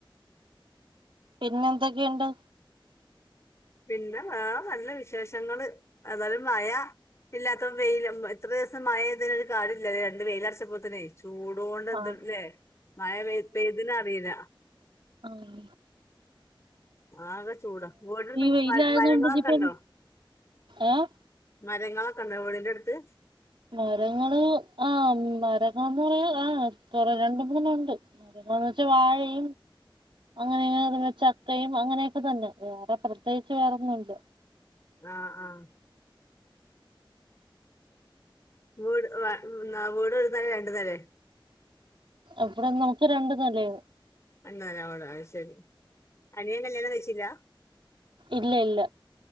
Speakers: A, on the right; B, on the left.
A: പിന്നെ എന്തൊക്കെയുണ്ട്
B: പിന്നെ വേറെ നല്ല വിശേഷങ്ങള് എതായാലും മഴ ഇല്ലാത്ത വെയിൽ ഇത്ര ദിവസം മഴ പെയ്തപ്പോ ഒരു കാര്യല്ല രണ്ട് വെയിലാടച്ച പോല തന്നെ അയിച്ചു ചൂടൊണ്ട് എന്തല്ലേ
A: ആഹ്
B: മഴ പെയ പെയ്തി അറിയില്ല
A: ആഹ
B: ആകെ ചൂട വോടടുത്ത്
A: വെയിലായതുകൊണ്ട്
B: മരങ്ങളൊക്കെ
A: ഇനിയിപ്പം
B: ഉണ്ടോ
A: ഏഹ്
B: കാര്ങ്ങളൊക്കെ ഉണ്ടോ വീടിന്റെ അടുത്ത്
A: മരങ്ങള് ആ മരങ്ങന്ന് പറയാ ആ് കുറ രണ്ട മൂന്ന ഉണ്ട് മരങ്ങന്ന് വെച്ചാ വാഴയും അങ്ങനെങ്ങനെ ചക്കയും അങ്ങനെയൊക്കെ തന്നെ വേറെ പ്രത്യേകിച്ച് വേറൊന്നുണ്ട്
B: ആഹ് ആഹ വീട് വീട് ഒരു നിലെ രണ്ട് നിലെ
A: അപ്പട നമുക്ക് രണ്ടു നിലയാണ്
B: എന്നാൽ ആ ശരി അനിയൻ കല്യാണം കച്ചില്ല
A: ഇല്ല ഇല്ല